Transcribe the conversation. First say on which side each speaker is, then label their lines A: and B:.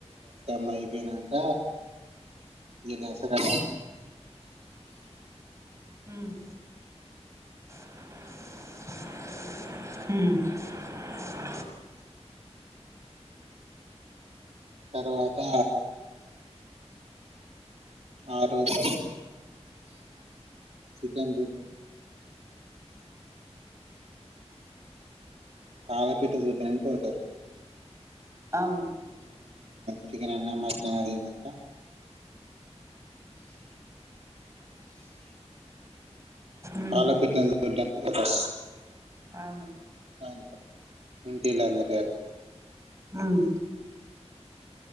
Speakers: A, on the right; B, on the right.
A: అమ్మ అయిపోయినాంక ఈ దసరా
B: హమ్ అ
A: తర్వాత ఆ రోజు చికెన్ కాళపిఠ చూడడానికి పోతారు
B: అవును.
A: చికెన్ అన్న మటన్ అన్న తిన్నాక
B: ఉమ్
A: పాల పిట్ట చూడటానికి పోతారు
B: అవును
A: సాయంత్రం ఇంతేలే అందర్ లేరు
B: హ్మ్